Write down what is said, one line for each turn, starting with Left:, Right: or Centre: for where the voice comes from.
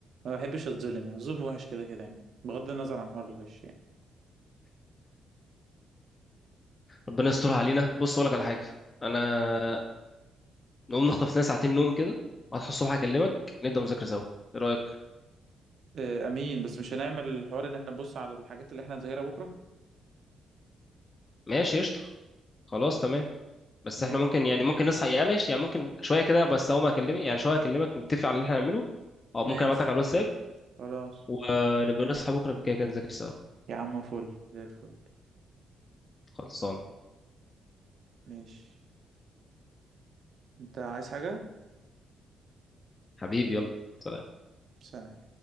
Right: ما بحبش اتظلم يعني الظلم وحش كده كده يعني بغض النظر عن حوار الغش يعني
Left: ربنا يسترها علينا بص اقول لك على حاجة انا نقوم نخطف لنا ساعتين نوم كده هتصحى الصبح اكلمك نبدأ مذاكرة سوا ايه رأيك
Right: أه امين بس مش هنعمل حوار ان احنا نبص على الحاجات اللي احنا هنذاكرها بكرة
Left: ماشي قشطة خلاص تمام بس
Right: ماشي
Left: احنا ممكن يعني ممكن نصحى يا ماشي يعني ممكن شويه كده بس اول ما اكلمك يعني شويه اكلمك نتفق على اللي احنا هنعمله او
Right: ماشي
Left: ممكن ابعتلك على الواتساب
Right: خلاص
Left: ونبقى نصحى بكره كده كده نذاكر سوا
Right: يا عم فل زي الفل
Left: خلصان
Right: ماشي انت عايز حاجة
Left: حبيبي يلا سلام
Right: سلام